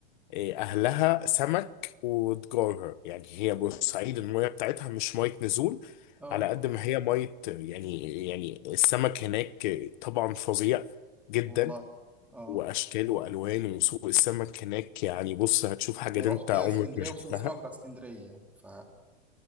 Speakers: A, on the left; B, in the centre.
A: آه، أهلها سمك وتجارها يعني هي بورسعيد المية بتاعتها مش مية نزول
B: اه
A: على قد ما هي مية يعني يعني السمك هناك طبعا فظيع جدا
B: والله اه
A: وأشكال وألوان وسوق السمك هناك يعني بص هتشوف حاجة
B: انا رحت
A: أنت عمرك
B: اسكندريه
A: ما شفتها
B: وسوق السمك بتاع اسكندريه يعني، ف...